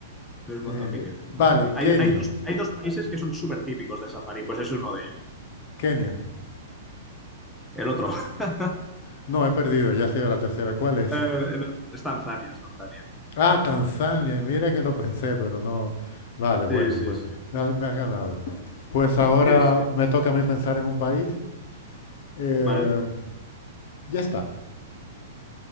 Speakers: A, in the centre; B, on the left (about 50°).
A: no es Mozambique.
B: Eh, vale,
A: no es Mozambique.
B: Kenia,
A: Hay, hay dos, hay dos países que son súper típicos de safari, pues eso es uno de ellos.
B: Kenia.
A: El otro. <laughs>
B: No, he perdido, ya ha sido la tercera. ¿Cuál es?
A: Eh, es Tanzania, es Tanzania.
B: Ah, Tanzania. Y mira que lo pensé, pero no. Vale, bueno,
A: Sí, sí,
B: pues
A: sí,
B: me has, me has ganado. Pues ahora
A: sí, sí.
B: me toca a mí pensar en un país. Eh,
A: Vale.
B: ya está.